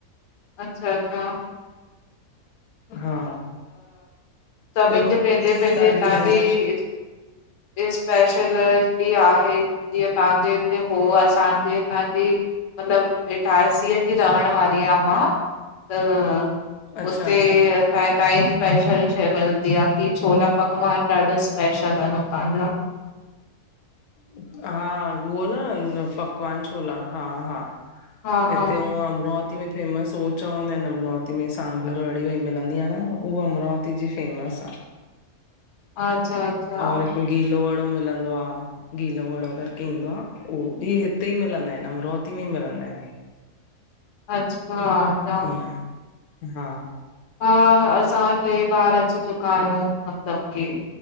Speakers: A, on the left (about 65°); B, on the left (about 80°).
A: अच्छा अच्छा
B: हा
A: सभिन
B: ॿियो
A: जे पैंजे पैंजे
B: तव्हांजी
A: तांजी
B: भेण
A: स्पेशल डी, आहे, जीअं तहांजे हिते जो हूअ असांजे हितां जी, मतलब इटारसीअ जी रहण वारीआं मां। त
B: अच्छा
A: उते
B: अच्छा
A: छाए काई स्पेशल शइ मिलदी आ, की छोला पकवान ॾाढा स्पेशल अन उतां जा।
B: हूं हा, हूअ न पकवान छोला, हा हा
A: हा हा
B: इते हूअं अमरो अमरावती में फेमस उ चवंदा आहिन, अमरावती में सांभर वड़ी वई मिलंदी आ न उह अमरावती जी फेमस आ।
A: अच्छा अच्छा
B: और हिकु गीलो वड़ो मिलंदो आ। गीलो वड़ो करके ईंदो आ, ऊ बि हिते ई मिलंदा एन अमरावती में ई मिलंदा एन हे।
A: अच्छा ईअं
B: इअं, हा
A: हा, असां ट्रे बार अची चुका आयूं, मतलब की